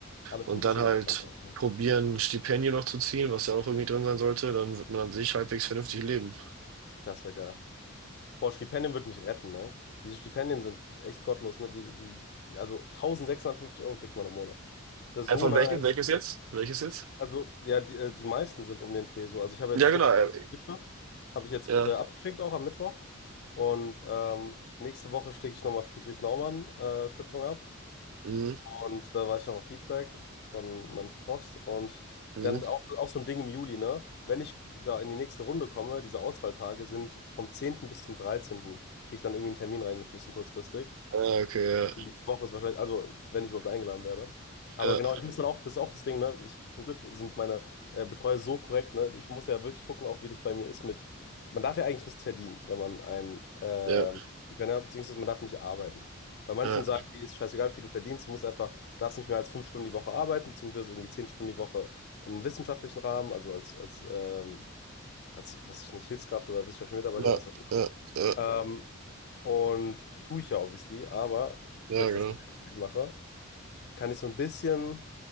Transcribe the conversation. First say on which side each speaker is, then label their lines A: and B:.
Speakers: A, on the left; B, on the right.
A: Alles
B: und
A: so ein bisschen
B: dann halt
A: entspannter. halten.
B: probieren, ein Stipendium noch zu ziehen, was ja auch irgendwie drin sein sollte, dann wird man an sich halbwegs vernünftig leben.
A: Das wäre geil. Boah, Stipendien würde mich retten, ne? Diese Stipendien sind echt gottlos, ne? Die, die, die, also 1650 Euro kriegt man im Monat. Das ist
B: Äh,
A: so
B: von
A: nice.
B: welchem? Welches jetzt? Welches jetzt?
A: Also, ja, die, äh, die meisten sind um den Dreh so. Also ich habe
B: Ja,
A: jetzt Stiftung
B: genau. äh,
A: geschafft. Habe ich jetzt
B: Ja.
A: äh, abgeschickt auch am Mittwoch. Und ähm, nächste Woche schicke ich nochmal Friedrich Naumann äh, Stiftung ab.
B: Mhm.
A: Und da weiß ich noch auf Feedback von meinen Profs. Und
B: Mhm.
A: dann auch, auch so ein Ding im Juli, ne? Wenn ich da in die nächste Runde komme, diese Auswahltage sind vom 10. bis zum 13. kriege ich dann irgendwie einen Termin reingeschmissen kurzfristig.
B: Ah, okay,
A: Nächste Woche ist wahrscheinlich, also wenn ich überhaupt eingeladen werde. Aber
B: ja.
A: genau, ich muss dann auch, das ist auch das Ding, ne? Ich, zum Glück sind meine äh, Betreuer so korrekt, ne? Ich muss ja wirklich gucken, auch wie das bei mir ist mit, man darf ja eigentlich nichts verdienen, wenn man ein ähm,
B: Ja,
A: Stipendien hat, beziehungsweise man darf nicht arbeiten. Bei manchen
B: ja,
A: sagen, wie ist scheißegal, wie viel du verdienst, du musst einfach, du darfst nicht mehr als fünf Stunden die Woche arbeiten, beziehungsweise irgendwie zehn Stunden die Woche in einem wissenschaftlichen Rahmen, also als, als, ähm, als, was weiß ich nicht, Hilfskraft oder wissenschaftlicher Mitarbeiter
B: ja,
A: oder was
B: ja, ja, ja,
A: ähm, und tue ich ja obviously, aber
B: ja,
A: weil ich
B: genau.
A: das nicht mache, kann ich so ein bisschen